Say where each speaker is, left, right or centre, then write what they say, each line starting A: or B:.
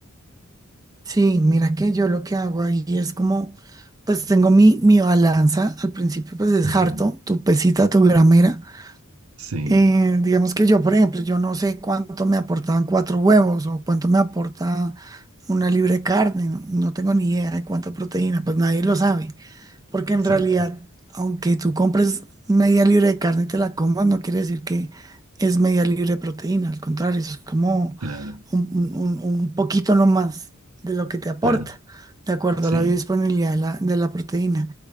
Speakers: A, on the right (about 15°); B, on the right (about 80°).
A: Sí, mira que yo lo que hago ahí es como, pues tengo mi, mi balanza. Al principio, pues es
B: Ujú.
A: harto, tu pesita, tu gramera.
B: Sí,
A: Eh, digamos que yo, por ejemplo, yo no sé cuánto me aportaban cuatro huevos o cuánto me aporta una libre carne, no, no tengo ni idea de cuánta proteína, pues nadie lo sabe. Porque en
B: exacto.
A: realidad, aunque tú compres media libra de carne y te la comas, no quiere decir que es media libra de proteína. Al contrario, eso es como
B: Claro,
A: un, un- un- un poquito nomás de lo que te aporta,
B: claro.
A: de acuerdo
B: Sí.
A: a la biodisponibilidad de la, de la proteína.